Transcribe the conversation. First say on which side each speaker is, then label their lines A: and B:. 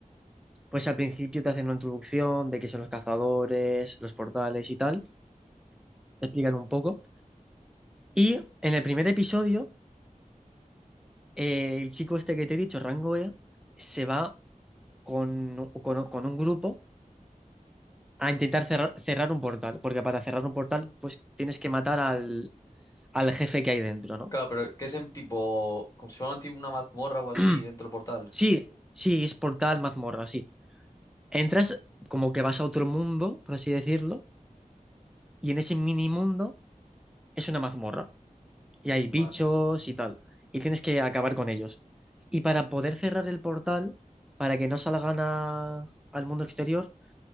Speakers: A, in the centre; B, on the left (about 25°).
A: Pues al principio te hacen una introducción de qué son los cazadores, los portales y tal, te explican un poco, Y en el primer episodio, eh, el chico este que te he dicho, Rango E, se va con, con- con un grupo a intentar cerrar, cerrar un portal, porque para cerrar un portal, pues tienes que matar al, al jefe que hay dentro, ¿no?
B: Claro, pero que es en tipo. Como si fuera un tipo una mazmorra o así
A: <clears throat>
B: dentro del portal.
A: Sí, sí, es portal, mazmorra, sí. Entras como que vas a otro mundo, por así decirlo, y en ese mini mundo es una mazmorra. y hay
B: Vale.
A: bichos y tal, y tienes que acabar con ellos. Y para poder cerrar el portal, para que no salgan a- al mundo exterior,